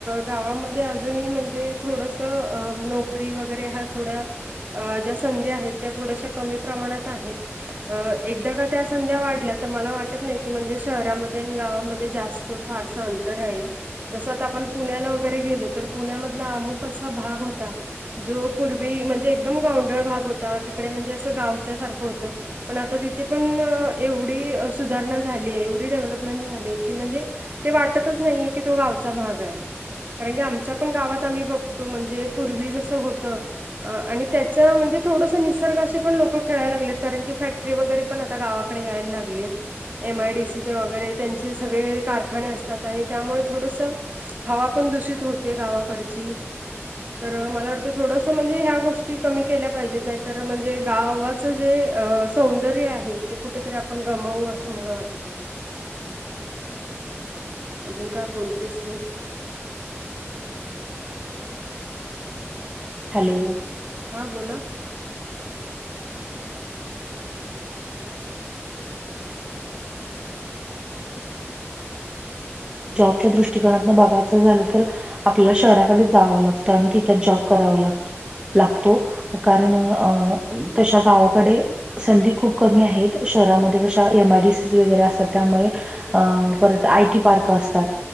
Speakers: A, on the right (about 40°); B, on the right (about 20°).
A: गावामध्ये अजून म्हणजे थोडस नोकरी वगैरे हा थोड्या अ ज्या संधी आहेत. त्या थोड्याश्या कमी प्रमाणात आहेत. अ एकदा का त्या संध्या वाढल्या तर मला वाटत नाही की म्हणजे शहरामध्ये आणि गावामध्ये जास्त फारस अंतर राहील. जसं आता आपण पुण्याला वगैरे गेलो, तर पुण्यामधला अमुक असा भाग होता. जो पूर्वी म्हणजे एकदम गांवडळ भाग होता. तिकडे म्हणजे असं गावच्या सारखं होतं. पण आता तिथे पण एवढी सुधारणा झालीय. एवढी डेव्हलपमेंट झाली की, म्हणजे ते वाटतच नाहीये की तो गावचा भाग आहे. कारण की आमच्या पण गावात आम्ही बघतो. म्हणजे पूर्वी जसं होतं. आणि त्याच्या म्हणजे थोडस निसर्गाशी पण लोक खेळायला लागलेत. कारण की फॅक्टरी वगैरे पण आता गावाकड यायला लागलेत. एम आय डी सीचे वैगरे त्यांचे सगळे कारखाने असतात. आणि त्यामुळे थोडस हवा पण दूषित हो ते गावाकडची तर मला वाटते थोडस म्हणजे ह्या गोष्टी कमी केल्या पाहिजेत. नाही तर म्हणजे गावात जे सौंदर्य आहे. ते कुठेतरी आपण गमावू. असं मला वाटतंय अजून काय बोलतेस तू
B: हॅलो
A: हा बोला.
B: जॉबच्या दृष्टीकोनातुन बघायच झाल तर आपल्याला शहराकडेच जाव लागत आणि तिथच जॉब कराव लागत. लागतो. कारण अ तशा गावाकडे संधी खूप कमी आहेत. शहरामध्ये कशा एम आय डी सी वगैरे असतात. त्यामुळे अ परत आय टी पार्क असतात.